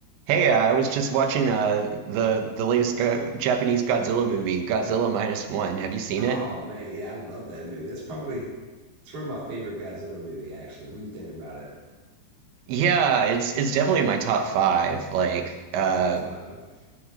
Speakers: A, on the right (about 85°); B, on the right (about 35°).
A: Hey, uh, I was just watching uh, the the latest go Japanese Godzilla movie, Godzilla Minus One. Have you seen
B: Oh
A: it?
B: man, yeah, I love that movie. That's probably that's probably my favorite Godzilla movie. Actually, what do you think about it?
A: Yeah, it's it's definitely in my top five. Like,
B: Uh,
A: uh,
B: top five.